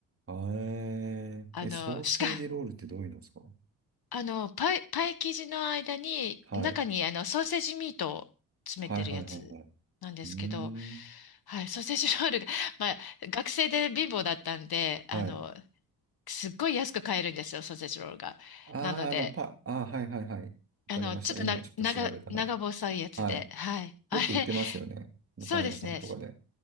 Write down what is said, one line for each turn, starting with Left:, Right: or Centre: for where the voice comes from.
Right: えー、
Left: あの、
Right: え、ソーセージロールってどういうのですか
Left: しか、あの、パイ、パイ生地の間に、
Right: はい。
Left: 中に、あの、ソーセージミートを詰めてるやつなんですけど、
Right: はいはいはいはい。うーん。
Left: はい、ソーセージロールが、まあ、学生で貧乏だったんで、あの、
Right: はい。
Left: すっごい安く買えるんですよ、ソーセージロールが。
Right: ああ、
Left: なので、
Right: あの、パ、ああ、はいはいはい。わかりました。
Left: あの、ちょっとな、
Right: 今ちょっと調べたら。
Left: 長、長細いやつで、
Right: はい。
Left: はい。
Right: よく売ってますよね。
Left: あれ、そうですね。
Right: パン屋さんとかで。